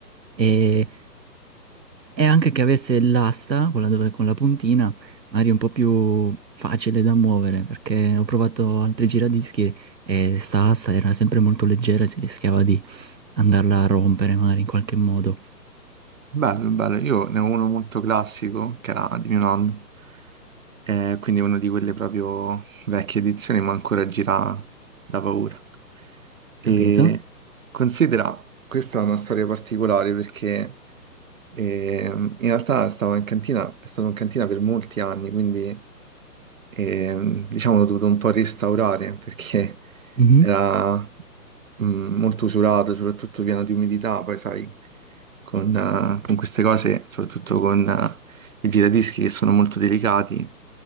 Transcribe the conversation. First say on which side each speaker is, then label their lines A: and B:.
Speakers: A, on the right; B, on the right.
A: E, e anche che avesse l'asta, quella dove con la puntina, magari un po' più facile da muovere, perché ho provato altri giradischi e sta asta era sempre molto leggera e si rischiava di andarla a rompere magari in qualche modo,
B: Bello, bello. Io ne ho uno molto classico, che era di mio nonno, eh, quindi uno di quelle proprio vecchie edizioni, ma ancora gira da paura. E
A: capito?
B: considera, questa è una storia particolare perché ehm, in realtà stavo in cantina, è stato in cantina per molti anni, quindi ehm, diciamo l'ho dovuto un po' restaurare perché <laughs>
A: Mhm.
B: era mm, molto usurato, soprattutto pieno di umidità, poi sai, con, eh, con queste cose, soprattutto con eh, i giradischi che sono molto delicati,